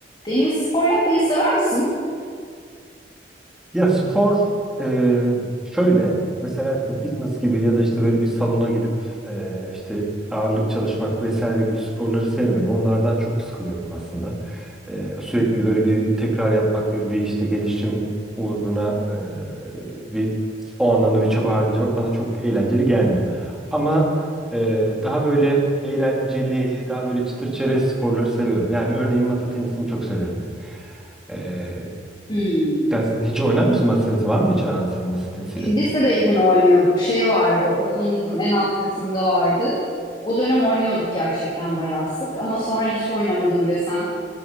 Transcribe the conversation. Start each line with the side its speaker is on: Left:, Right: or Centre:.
Left: Deniz spor yapmayı sever misin?
Centre: Ya spor e, şöyle mesela işte fitness gibi ya da işte böyle bir salona gidip e, işte ağırlık çalışmak vesaire gibi sporları sevmiyorum. Onlardan çok sıkılıyorum aslında. E, sürekli böyle bir tekrar yapmak ve bir işte gelişim uğruna e, bir o anlamda bir çaba harcamak bana çok eğlenceli gelmiyor. Ama e, daha böyle eğlenceli, daha böyle çıtır çerez sporları seviyorum. Yani örneğin masa tenisini çok severim. Ee,
Left: Hmm.
Centre: sen hiç oynar mısın masa tenisi? Var mı hiç aran senin masa tenisiyle?
Left: Lisedeyken oynuyorduk. Şey vardı, okulumuzun en alt katında vardı. O dönem oynuyorduk gerçekten bayağı sık ama sonra hiç oynamadım desen,